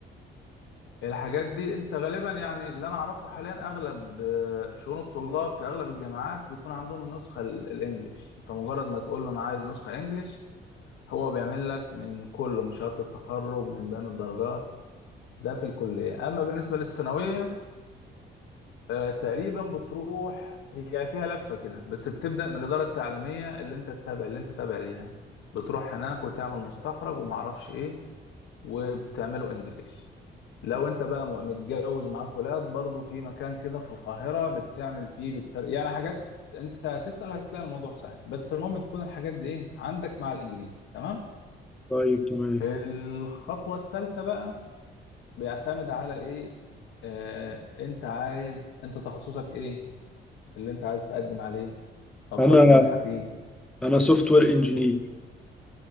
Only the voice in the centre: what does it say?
طيب تمام
انا
انا سوفت وير انجينير